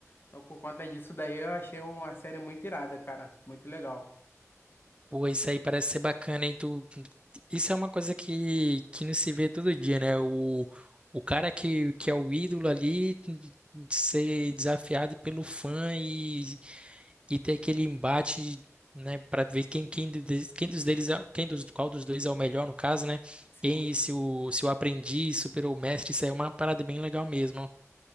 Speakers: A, on the left; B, on the right.
A: Então, por conta disso daí, eu achei uma série muito irada, cara. Muito legal.
B: Pô, isso aí parece ser bacana, hein? Isso é uma coisa que, que não se vê todo dia, né? O, o cara que, que é o ídolo ali de ser desafiado pelo fã e, e ter aquele embate, né, para ver quem, quem, do- quem dos deles, é- quem dos, qual dos dois é o melhor, no caso, né?
A: Sim.
B: Quem, se o, se o aprendiz superou o mestre, isso aí é uma parada bem legal mesmo.